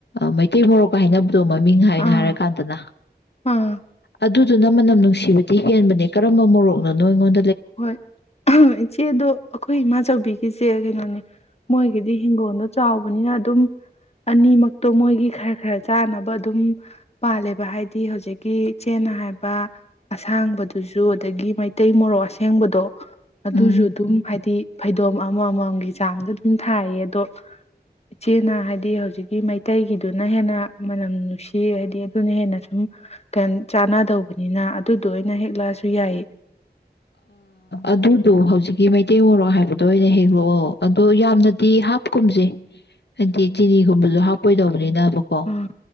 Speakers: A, on the left; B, on the left.
A: ꯃꯩꯇꯩ ꯃꯣꯔꯣꯛ ꯀ ꯍꯥꯏꯅ ꯃꯃꯤꯡ ꯍꯥꯏꯅ
B: ꯑꯥ
A: ꯍꯥꯏꯔꯀꯥꯟꯗꯅ
B: ꯑꯥ
A: ꯑꯗꯨ ꯑꯗꯨꯅ ꯃꯅꯝ ꯅꯨꯡꯁꯤꯕꯗꯤ ꯍꯦꯟꯕꯅꯦ ꯀꯔꯝꯕ ꯃꯣꯔꯣꯛꯅꯣ ꯉꯣꯟ
B: ꯍꯣꯏ ꯏꯆꯦꯗꯣ ꯑꯩꯈꯣꯏ ꯏꯃꯥꯆꯕꯤꯒꯤꯁꯦ ꯀꯩꯅꯣꯅꯦ ꯃꯣꯏꯒꯤꯗꯤ ꯍꯤꯡꯒꯣꯜꯗꯣ ꯆꯥꯎꯕꯅꯤꯅ ꯑꯗꯨꯝ ꯑꯅꯤꯃꯛꯇꯣ ꯃꯣꯏꯒꯤ ꯈꯔ ꯈꯔ ꯆꯥꯅꯕ ꯑꯗꯨꯝ ꯄꯥꯜꯂꯦꯕ ꯍꯥꯏꯗꯤ ꯍꯧꯖꯤꯛꯀꯤ ꯏꯆꯦꯅ ꯍꯥꯏꯕ ꯑꯁꯥꯡꯕꯗꯨꯁꯨ ꯑꯗꯒꯤ ꯃꯩꯇꯩ ꯃꯣꯔꯣꯛ ꯍꯦꯡꯕꯗꯣ ꯑꯗꯨꯁꯨ
A: ꯎꯝ
B: ꯑꯗꯨꯝ ꯍꯥꯏꯗꯤ ꯐꯩꯗꯣꯝ ꯑꯃꯃꯝꯒꯤ ꯆꯥꯡꯗ ꯑꯗꯨꯝ ꯊꯥꯏꯌꯦ ꯑꯗꯣ ꯏꯆꯦꯅ ꯍꯥꯏꯗꯤ ꯍꯧꯖꯤꯛꯀꯤ ꯃꯩꯇꯩꯒꯤꯗꯨꯅ ꯍꯦꯟꯅ ꯃꯅꯝ ꯅꯨꯡꯁꯤ ꯍꯥꯏꯗꯤ ꯑꯗꯨꯅ ꯍꯦꯟꯅ ꯁꯨꯝ ꯆꯥꯟꯅꯗꯧꯕꯅꯤꯅ ꯑꯗꯨꯗꯣ ꯑꯣꯏꯅ ꯍꯦꯛꯂꯛꯑꯁꯨ ꯌꯥꯏ
A: ꯑꯗꯨꯗꯣ ꯍꯧꯖꯤꯛꯀꯤ ꯃꯩꯇꯩ ꯃꯣꯔꯣꯛ ꯍꯥꯏꯕꯗꯣ ꯑꯣꯏꯅ ꯍꯦꯛꯂꯛꯑꯣ ꯑꯗꯣ ꯌꯥꯝꯅꯗꯤ ꯍꯥꯞꯀꯨꯝꯁꯦ ꯍꯥꯏꯗꯤ ꯆꯤꯅꯤꯒꯨꯝꯕꯗ ꯍꯥꯞꯄ ꯀꯣꯏꯗꯧꯕꯅꯤꯗ ꯣ
B: ꯎꯝ